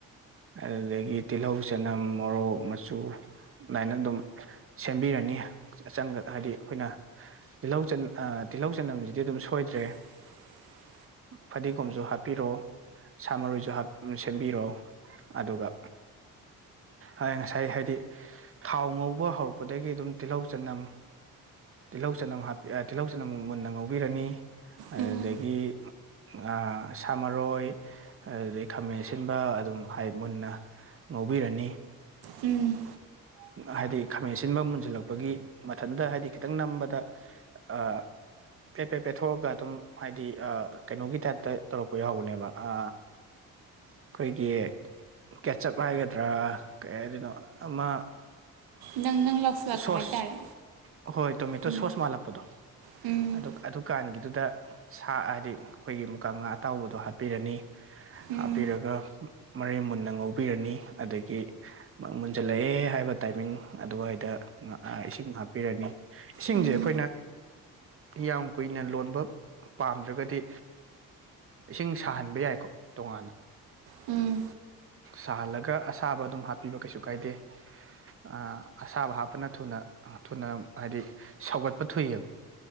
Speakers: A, on the right (about 35°); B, on the right (about 80°).
A: ꯑꯗꯨꯗꯒꯤ ꯇꯤꯜꯍꯧ ꯆꯅꯝ ꯃꯣꯔꯣꯛ ꯃꯆꯨ ꯑꯗꯨꯃꯥꯏꯅ ꯑꯗꯨꯝ ꯁꯦꯝꯕꯤꯔꯅꯤ ꯆꯪꯒ ꯍꯥꯏꯗꯤ ꯑꯩꯈꯣꯏꯅ ꯇꯤꯜꯍꯧ ꯆ ꯑ ꯇꯤꯜꯍꯧ ꯆꯅꯝꯁꯤꯗꯤ ꯑꯗꯨꯝ ꯁꯣꯏꯗ꯭ꯔꯦ
B: <inaudible>
A: ꯐꯗꯤꯒꯣꯝꯁꯨ ꯍꯥꯞꯄꯤꯔꯣ ꯁꯥ ꯃꯔꯣꯏꯁꯨ ꯍꯥꯞ ꯁꯦꯝꯕꯤꯔꯣ ꯑꯗꯨꯒ ꯑ ꯉꯁꯥꯏ ꯍꯥꯏꯗꯤ ꯊꯥꯎ ꯉꯧꯕ ꯍꯧꯔꯛꯄꯗꯒꯤ ꯑꯗꯨꯝ ꯇꯤꯜꯍꯧ ꯆꯅꯝ ꯇꯤꯜꯍꯧ ꯆꯅꯝ ꯍꯥꯞ ꯑ ꯇꯤꯜꯍꯧ ꯆꯅꯝ ꯃꯨꯟꯅ ꯉꯧꯕꯤꯔꯅꯤ ꯑꯗꯨꯗꯒꯤ
B: ꯎꯝ
A: ꯑ ꯁꯥꯃꯔꯣꯏ ꯑꯗꯨꯗꯒꯤ ꯈꯥꯃꯦꯟ ꯑꯁꯤꯟꯕ ꯑꯗꯨꯝ ꯍꯥꯏ ꯃꯨꯟꯅ ꯉꯧꯕꯤꯔꯅꯤ
B: ꯎꯝ
A: ꯍꯥꯏꯗꯤ ꯈꯥꯃꯦꯟ ꯑꯁꯤꯟꯕ ꯃꯨꯟꯁꯤꯜꯂꯛꯄꯒꯤ ꯃꯊꯟꯗ ꯍꯥꯏꯗꯤ ꯈꯤꯇꯪ ꯅꯝꯕꯗ ꯑ ꯐꯦ ꯐꯦ ꯄꯦꯊꯣꯛꯑꯒ ꯑꯗꯨꯝ ꯍꯥꯏꯗꯤ ꯑ ꯀꯩꯅꯣꯒꯤ ꯇꯥꯏꯞꯇ ꯇꯧꯔꯛꯄ ꯌꯥꯎꯕꯅꯦꯕ ꯑ ꯑꯩꯈꯣꯏꯒꯤ ꯀꯦꯠꯆꯞ ꯍꯥꯏꯒꯗ꯭ꯔꯥ ꯀꯩ ꯍꯥꯏꯗꯣꯏꯅꯣ ꯑꯃ
B: ꯅꯪ ꯅꯪ ꯂꯧꯁꯤꯜꯂꯛꯄ
A: ꯁꯣꯁ
B: ꯍꯥꯏꯇꯥꯔꯦ
A: ꯍꯣꯏ ꯇꯣꯃꯦꯇꯣ
B: ꯑꯃ
A: ꯁꯣꯁ ꯃꯥꯜꯂꯛꯄꯗꯣ
B: ꯎꯝ
A: ꯑꯗꯨ ꯑꯗꯨꯀꯥꯟꯒꯤ ꯑꯗꯨꯗ ꯁꯥ ꯍꯥꯏꯗꯤ ꯑꯩꯈꯣꯏꯒꯤ ꯃꯨꯀ ꯉꯥ ꯑꯇꯥꯎꯕꯗꯣ ꯍꯥꯞꯄꯤꯔꯅꯤ
B: ꯎꯝ
A: ꯍꯥꯞꯄꯤꯔꯒ ꯃꯔꯩ ꯃꯨꯟꯅ ꯉꯧꯕꯤꯔꯅꯤ ꯑꯗꯒꯤ ꯃꯃꯨꯟ ꯃꯨꯟꯖꯤꯜꯂꯛꯑꯦ ꯍꯥꯏꯕ ꯇꯥꯏꯃꯤꯡ ꯑꯗꯨꯋꯥꯏꯗ ꯑ ꯏꯁꯤꯡ ꯍꯥꯞꯄꯤꯔꯅꯤ ꯏꯁꯤꯡꯁꯦ
B: ꯎꯝ
A: ꯑꯩꯈꯣꯏꯅ ꯌꯥꯝ ꯀꯨꯏꯅ ꯂꯣꯟꯕ ꯄꯥꯝꯗ꯭ꯔꯒꯗꯤ ꯏꯁꯤꯡ ꯁꯥꯍꯟꯕ ꯌꯥꯏꯀꯣ ꯇꯣꯉꯥꯟꯅ
B: ꯎꯝ
A: ꯁꯥꯍꯜꯂꯒ ꯑꯁꯥꯕ ꯑꯗꯨꯝ ꯍꯥꯞꯄꯤꯕ ꯀꯩꯁꯨ ꯀꯥꯏꯗꯦ ꯑ ꯑꯁꯥꯕ ꯍꯥꯞꯄꯅ ꯊꯨꯅ ꯊꯨꯅ ꯍꯥꯏꯗꯤ ꯁꯧꯒꯠꯄ ꯊꯨꯏꯌꯦꯕ